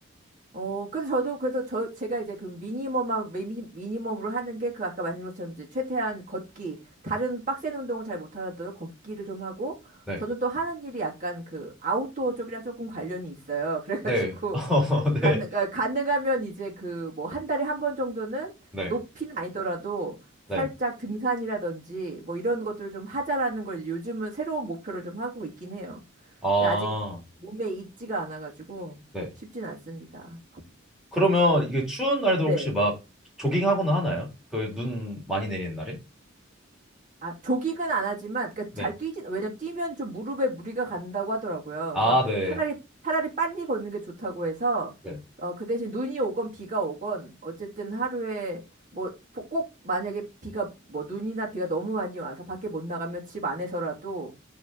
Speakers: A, on the right (about 40°); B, in the centre.
A: 어, 그래서 저도 그래서 저 제가 이제 그 미니멈한 미니, 미니멈으로 하는 게 그 아까 말씀드린 것처럼 이제 최대한 걷기 다른 빡센 운동을 잘 못하더라도 걷기를 좀 하고
B: 네.
A: 저는 또 하는 일이 약간 그 아웃도어 쪽이랑 조금 관련이 있어요. <laughs> 그래가지고
B: 네. <laughs> 어, 네.
A: 가능 아, 가능하면 이제 그 뭐 한 달에 한 번 정도는
B: 네.
A: 높이는 아니더라도 살짝
B: 네.
A: 등산이라든지 뭐 이런 것들을 좀 하자라는 걸 이제 요즘은 새로운 목표를 좀 하고 있긴 해요.
B: 아,
A: 근데 아직 몸에 익지가 않아가지고
B: 네.
A: 쉽진 않습니다.
B: 그러면 이게 추운 날도
A: 네.
B: 혹시 막 조깅하거나 하나요? 그 눈 많이 내리는 날에?
A: 아, 조깅은 안 하지만, 그러니까
B: 네.
A: 잘 뛰진, 왜냐면 뛰면 좀 무릎에 무리가 간다고 하더라고요.
B: 아,
A: 그래서
B: 네.
A: 차라리, 차라리 빨리 걷는 게 좋다고 해서,
B: 네.
A: 어, 그 대신 눈이 오건 비가 오건, 어쨌든 하루에, 뭐, 보- 꼭 만약에 비가, 뭐, 눈이나 비가 너무 많이 와서 밖에 못 나가면 집 안에서라도